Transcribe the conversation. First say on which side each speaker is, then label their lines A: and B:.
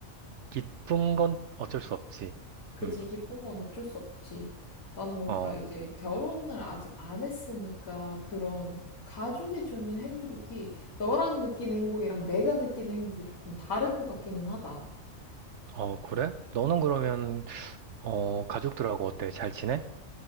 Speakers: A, on the right; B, on the left.
A: 기쁜 건 어쩔 수 없지.
B: 그지.
A: 음,
B: 기쁜 건 어쩔 수 없지. 나는 뭔가
A: 어,
B: 이제 결혼을 아직 안 했으니까 그런 가족이 주는 행복이 너랑 느끼는 행복이랑 내가 느끼는 행복이 조금 다를 것 같기는 하다.
A: 어, 그래? 너는 그러면, 어, 가족들하고 어때? 잘 지내?